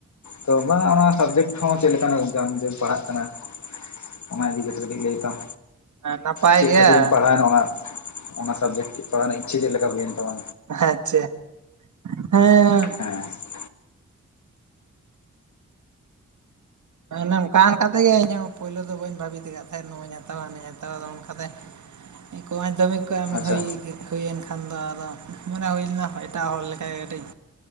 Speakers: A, on the left; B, on the right.
A: ᱛᱚ ᱵᱟᱝ ᱚᱱᱟ ᱥᱟᱵᱡᱮᱠᱴ ᱦᱚᱸ ᱪᱮᱫ ᱞᱮᱠᱟᱱᱟᱜ ᱜᱚᱝᱠᱮ ᱟᱢ ᱡᱮᱢ ᱯᱟᱲᱦᱟᱜ ᱠᱟᱱᱟ? ᱚᱱᱟ ᱤᱫᱤ ᱠᱟᱛᱮᱜ ᱠᱟ. ᱴᱤᱡ ᱞᱟᱹᱭ ᱛᱟᱢ
B: ᱦᱮᱸ ᱱᱟᱯᱟᱭ
A: ᱪᱮᱫ
B: ᱜᱮᱭᱟ
A: ᱠᱷᱟᱹᱛᱤᱨᱮᱢ ᱯᱟᱲᱦᱟᱣᱱᱟ ᱚᱱᱟ? ᱚᱱᱟ ᱥᱟᱵᱡᱮᱠᱴ ᱯᱟᱲᱦᱟᱣ ᱨᱮᱱᱟᱜ ᱤᱪᱪᱷᱟᱹ ᱪᱮᱫ ᱞᱮᱠᱟ ᱦᱩᱭᱮᱱ ᱛᱟᱢᱟ?
B: ᱟᱪᱪᱷᱟ ᱦᱮᱸᱻ
A: ᱦᱮᱸ
B: ᱚᱱᱮ ᱚᱱᱠᱟ ᱚᱱᱠᱟ ᱛᱮᱜᱮ ᱤᱧᱦᱚᱸ ᱯᱳᱭᱞᱳ ᱫᱚ ᱵᱟᱹᱧ ᱵᱷᱟᱵᱤᱛ ᱟᱠᱟᱫ ᱛᱟᱦᱮᱸᱼᱼ ᱦᱟᱛᱟᱣᱟ ᱦᱟᱱᱮᱧ ᱦᱟᱛᱟᱣᱟ ᱟᱫᱚ ᱚᱱᱠᱟᱛᱮ ᱮᱠᱞᱟ ᱢᱟᱫᱫᱷᱫᱢᱤᱠ ᱠᱚ ᱮᱢ
A: ᱟᱪᱪᱷᱟ
B: ᱦᱩᱭᱼᱼ ᱦᱩᱭᱮᱱ ᱠᱷᱟᱱ ᱫᱚ ᱟᱫᱚ ᱢᱚᱱᱮ ᱦᱩᱭ ᱞᱮᱱᱟ ᱮᱴᱟᱜ ᱦᱚᱲ ᱞᱮᱠᱟᱜᱮ ᱠᱟᱹᱴᱤᱡᱼᱼ